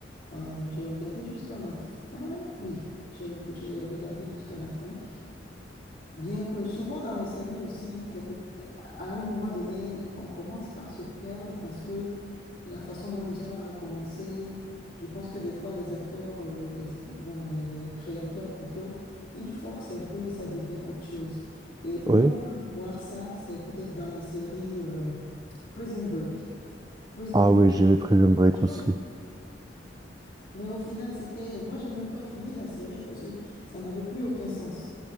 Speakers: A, on the left; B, on the right.
A: Euh, j'ai regardé jusqu'à la fin, oui, j'ai j'ai regardé jusqu'à la fin. Bien que souvent dans les séries aussi, quelque, à un moment donné, on commence par se perdre parce que la façon dont l'histoire a commencé, je pense que des fois les acteurs, euh, les, non, les, les créateurs plutôt, ils forcent un peu et ça devient autre chose. Et où
B: Oui.
A: on peut voir ça, c'est peut-être dans la série euh, Prison Break. Prison
B: Ah
A: Break,
B: oui, j'ai pris le
A: c'est
B: break
A: autre chose.
B: aussi.
A: Mais au final, c'était... Moi, j'ai même pas fini la série parce que ça n'avait plus aucun sens.